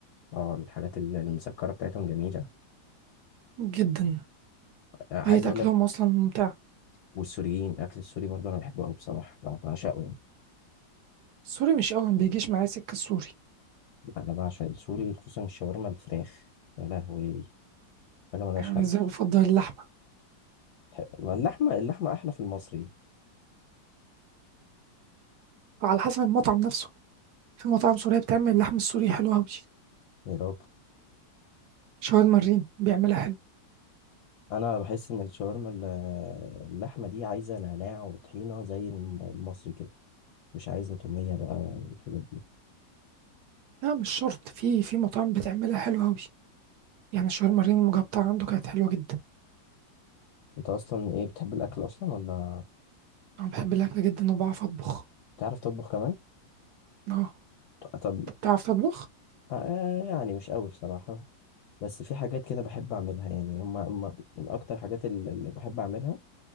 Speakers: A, on the left; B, on the right.
A: اه الحاجات ال- المسكره بتاعتهم جميله
B: جدا
A: آه، عايز
B: طريقه
A: اقول
B: اكلهم
A: لك
B: اصلا ممتع
A: والسوريين الاكل السوري برضه انا بحبه قوي بصراحه بعشقه يعني
B: السوري مش قوي ما بيجيش معايا سكه السوري
A: انا بعشق السوري خصوصا الشاورما الفراخ يا لهوي حاجه ملهاش
B: يعني
A: حل
B: ازاي بفضل اللحمه
A: تح- ما اللحمه اللحمه احلى في المصري
B: على حسب المطعم نفسه في مطاعم سوريه بتعمل اللحم السوري حلو قوي
A: يا راجل
B: شاورما الريم بيعملها حلو
A: انا بحس ان الشاورما ال- اللحمه دي عايزه نعناع وطحينه زي الم- المصري كده مش عايزه توميه بقى والحاجات دي
B: لا مش شرط في في مطاعم بتعملها حلو قوي يعني شاورما الريم المجبطه عنده كانت حلوه جدا
A: انت اصلا ايه بتحب الاكل اصلا ولا
B: أنا بحب الأكل جدا وبعرف أطبخ
A: بتعرف تطبخ كمان
B: أه
A: طب
B: أنت بتعرف تطبخ؟
A: آه يعني مش قوي بصراحه بس في حاجات كده بحب اعملها يعني هما هما من اكتر حاجات ال- اللي بحب اعملها